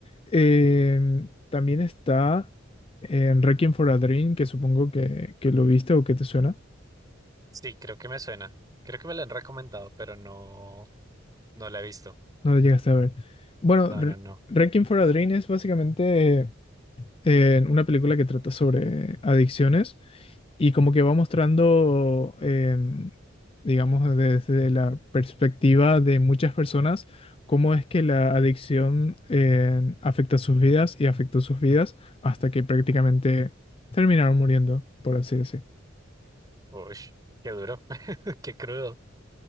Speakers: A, on the left; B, on the right.
A: em, también está en Requiem for a Dream, que supongo que, que lo viste o que te suena,
B: Sí, creo que me suena. Creo que me lo han recomendado, pero no, no la he visto.
A: no lo llegaste a ver. Bueno,
B: No,
A: Re-
B: no, no.
A: Requiem for a Dream es básicamente eh, una película que trata sobre adicciones y como que va mostrando, em, digamos, desde la perspectiva de muchas personas, cómo es que la adicción em, afecta sus vidas y afectó sus vidas hasta que prácticamente terminaron muriendo, por así decir.
B: Uy, qué duro, <laughs> qué crudo.